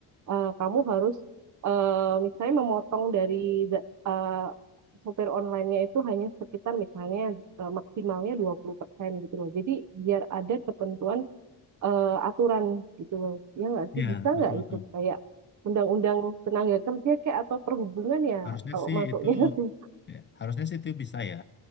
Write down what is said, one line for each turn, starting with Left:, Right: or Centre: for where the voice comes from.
Right: eh, kamu harus eh, misalnya memotong dari eh, sopir online-nya itu hanya sekitar misalnya eh, maksimalnya 20% gitu loh. Jadi biar ada ketentuan eh, aturan gitu loh. Ya nggak sih
Left: Iya,
Right: bisa
Left: betul-betul.
Right: nggak itu kayak undang-undang tenaga kerja kayak atau perhubungan ya
Left: Harusnya
Right: kalau
Left: sih
Right: masuknya
Left: itu
Right: <laughs> tuh.
Left: ya, harusnya sih itu bisa ya.